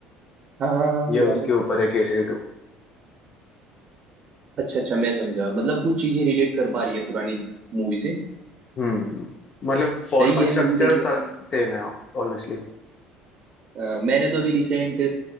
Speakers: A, on the right (about 45°); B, on the left (about 40°).
A: हाँ हाँ हाँ हाँ,
B: ये
A: याद
B: उसके
A: है
B: ऊपर है केसरी टू
A: अच्छा अच्छा मैं समझा मतलब कुछ चीजें रिलेट कर पा रही हैं पुरानी मूवी से
B: हम्म मतलब फॉर्मेट
A: सही है
B: स्ट्रक्चर
A: मूवी देखी आपने
B: सारा सेम है ऑनेस्टली
A: अ, मैंने तो अभी रिसेंट